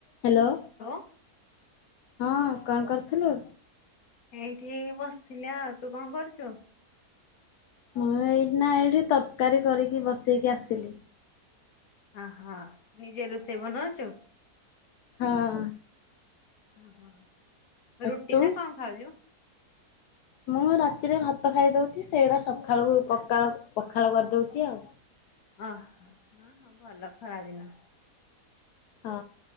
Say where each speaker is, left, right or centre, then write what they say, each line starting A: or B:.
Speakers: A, on the left; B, on the left.
A: Hello.
B: ଲୋ
A: ହଁ କଣ କରୁଥିଲୁ?
B: ଏଇଠି ବସିଥିଲି ଆଉ ତୁ କଣ କରୁଛୁ?
A: ମୁଁ ଏଇଠି ନା ଏଇଠି ତରକାରୀ କରିକି ବସେଇକି ଆସିଲି।
B: ଅହୋ ନିଜେ ରୋଷେଇ ବନଉଛୁ।
A: ହଁ।
B: ଓହୋ
A: ଆଉ
B: ରୁଟି
A: ତୁ?
B: ନା କଣ ଖାଉଛୁ?
A: ମୁଁ ରାତିରେ ଭାତ ଖାଇଦଉଛି ସେଇଟା ସକାଳୁକୁ ପକାଳ ପଖାଳ କରିଦଉଛି ଆଉ।
B: ଓହୋ ହଁ ହଁ ଭଲ ଖରାଦିନ।
A: ହଁ